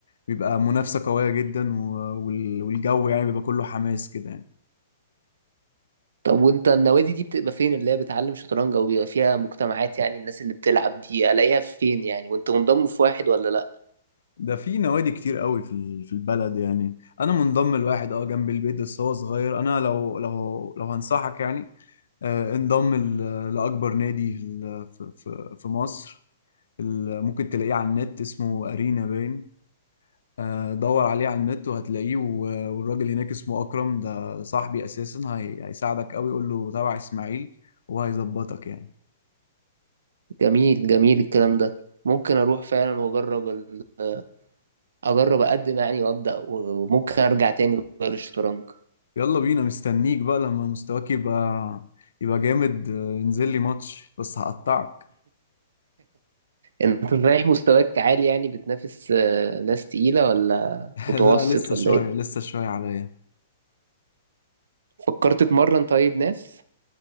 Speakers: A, on the left; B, on the right.
A: بيبقى منافسة قوية جدا و... وال- والجو يعني بيبقى كله حماس كده يعني
B: طب وانت النوادي دي بتبقى فين اللي هي بتعلم شطرنج او بيبقى فيها مجتمعات يعني الناس اللي بتلعب دي الاقيها فين يعني وانت منضم في واحد ولا لا
A: ده في نوادي كتير قوي في ال- في البلد يعني انا منضم لواحد اه جنب البيت بس هو صغير انا لو لو لو هنصحك يعني آه، انضم ل- لاكبر نادي في ال- في في- في مصر ال- ممكن تلاقيه على النت اسمه ارينا باين آه، دور عليه على النت وهتلاقيه و- والراجل هناك اسمه اكرم ده صاحبي اساسا هي- هيساعدك قوي قول له تابع اسماعيل وهيظبطك يعني
B: جميل جميل الكلام ده ممكن اروح فعلا واجرب ال... آه، اجرب اقدم يعني وابدا وممكن ارجع تاني بقى للشطرنج
A: يلا بينا مستنيك بقى لما مستواك يبقى يبقى جامد آه، انزل لي ماتش بس هقطعك
B: انت رايح مستواك عالي يعني بتنافس آه، ناس تقيلة ولا
A: <laughs>
B: متوسط
A: لا لسه
B: ولا
A: شوية
B: ايه
A: لسه شوية عليا
B: فكرت تتمرن طيب ناس